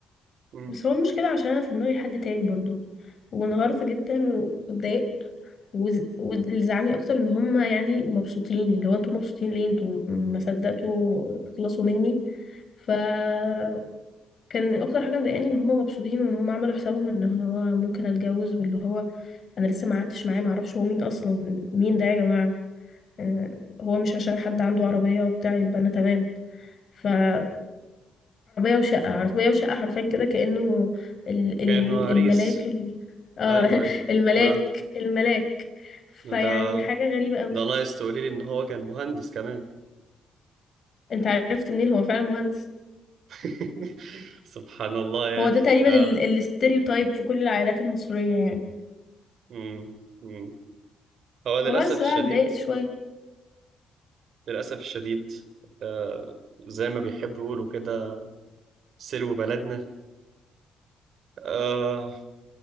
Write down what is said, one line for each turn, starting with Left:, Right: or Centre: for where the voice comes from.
Right: مم.
Left: بس هو المشكله عشان انا في دماغي حد تاني برضو وانهارت جدا و- واتضايقت وز- واللي زعلني اكتر ان هم يعني مبسوطين اللي هو انتوا مبسوطين ليه انتوا ما صدقتوا تخلصوا مني فكان اكتر حاجه مضايقاني ان هم مبسوطين وان هم عملوا حسابهم ان هو ممكن اتجوز واللي هو انا لسه ما قعدتش معاه ما اعرفش هو مين اصلا مين ده يا جماعه آه، هو مش عشان حد عنده عربيه وبتاع يبقى انا تمام فعربيه وشقه عربيه وشقه حرفيا كده كانه ال ال
Right: كأنه عريس
Left: الملاك ال آه
Right: أيوه أيوه
Left: <laughs> الملاك
Right: ما
Left: الملاك فيعني
Right: ما ده
Left: حاجه غريبه قوي
Right: ده ناقص تقولي لي إن هو كان مهندس كمان
Left: انت عرفت منين هو فعلا مهندس
Right: <laughs> سبحان الله يا
Left: هو
Right: أخي
Left: ده تقريبا
Right: آه.
Left: الاستيريوتايب في كل العائلات المصريه يعني
Right: مم. مم. هو للأسف
Left: فبس
Right: الشديد
Left: بقى اتضايقت شويه
Right: للأسف الشديد آه. زي ما بيحبوا يقولوا كده سلو بلدنا آه